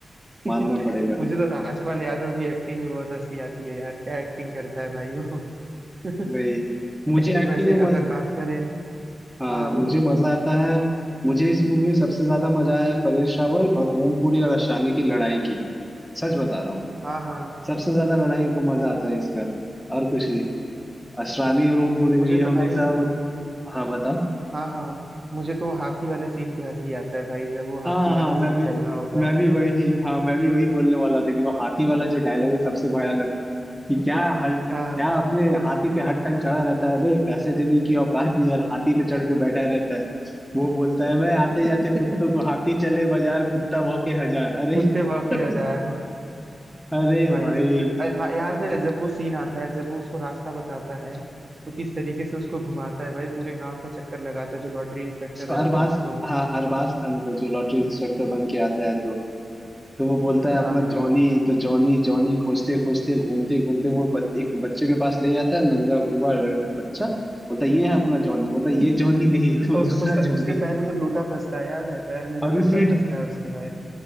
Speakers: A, on the right (about 40°); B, in the centre.
A: <laughs>
B: मानना पड़ेगा
A: मुझे तो राजपाल यादव की एक्टिंग भी बहुत हंसी आती है यार क्या एक्टिंग करता है भाई वो <laughs>
B: भाई
A: लेकिन
B: मुझे एक्टिंग
A: वैसे
B: में
A: अगर
B: मज
A: बात करें
B: हाँ
A: हाँ हाँ
B: मुझे
A: बोलो
B: मजा आता है मुझे इस मूवी में सबसे ज्यादा मजा आया परेश रावल और ओम पुरी और अशानी की लड़ाई की सच बता रहा हूँ
A: हाँ हाँ
B: सबसे ज्यादा लड़ाई का मजा आता है इसका और कुछ नहीं असरानी और ओमपुरी में
A: मुझे
B: ये हमेशा
A: तो भाई
B: मत... हाँ बताओ
A: हाँ हाँ मुझे तो वो हाथी वाले सीन पे हंसी आता है भाई जब वो हाथी
B: हाँ हाँ
A: वाला सीन
B: मैं भी
A: चल रहा होता
B: मैं
A: है
B: भी
A: ना
B: वही हाँ मैं भी वही बोलने वाला था कि वो हाथी वाला जो डायलॉग है सबसे भयानक कि क्या हर क्या
A: हाँ हाँ
B: अपने हाथी पे हर टाइम चढ़ा रहता है बे पैसे देने की औकात नहीं और हाथी पे चढ़ के बैठा रहता है वो बोलता है मैं आते
A: <laughs>
B: जाते कुत्तों को हाथी चले बाजार कुत्ता भौंके हजार अरे
A: कुत्ते भौंके
B: <laughs>
A: हजार
B: अरे
A: भाई
B: भाई
A: जो अरे ला- याद है जब वो सीन आता है जब वो उसको रास्ता बताता है तो किस तरीके से उसको घुमाता है भाई पूरे गांव का चक्कर लगाता है जो लॉटरी इंस्पेक्टर
B: इसको
A: रहता
B: अरबाज
A: है उसको
B: हाँ अरबाज खान को जो लॉटरी इंस्पेक्टर बन के आता है तो तो वो बोलता है
A: हाँ
B: अपना
A: भाई
B: जॉनी तो जॉनी जॉनी खोजते खोजते घूमते घूमते वो बच, एक बच्चे के पास ले जाता है नंगा हुआ र- बच्चा बोलता है ये है अपना जॉनी बोलता है ये
A: <laughs>
B: जॉनी नहीं तो
A: और
B: दूसरा
A: उसका उसका
B: जॉनी
A: उसके पैर में जब लोटा फंसता है याद है पैर में जब
B: और उसे
A: लोटा फंसता है उसके भाई